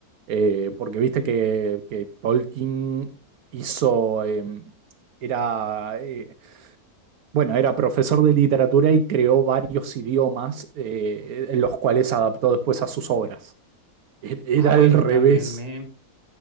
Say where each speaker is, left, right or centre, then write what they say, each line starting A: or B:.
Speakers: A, on the right; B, on the right.
A: Eh, porque viste que, que Tolkien hizo, eh, era, eh, bueno, era profesor de literatura y creó varios idiomas, eh, en los cuales adaptó después a sus obras. E- Era
B: Ah, bueno,
A: al revés,
B: también me,